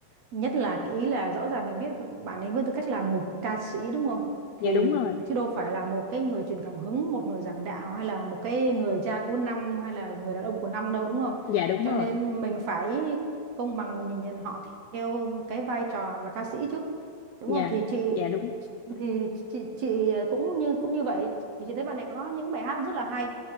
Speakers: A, on the right; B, on the left.
A: nhất là cái ý là rõ ràng mình biết bạn ấy với tư cách là một ca sĩ đúng không thì
B: dạ đúng rồi
A: chứ đâu phải là một cái người truyền cảm hứng một người giảng đạo hay là một cái người cha của năm hay là người đàn ông của năm đâu đúng không
B: dạ đúng
A: cho
B: rồi
A: nên mình phải công bằng mình nhìn nhận họ theo cái vai trò là ca sĩ chứ đúng
B: dạ
A: không thì chị
B: dạ đúng
A: thì chị chị cũng như cũng như vậy thì chị thấy bạn này có những bài hát rất là hay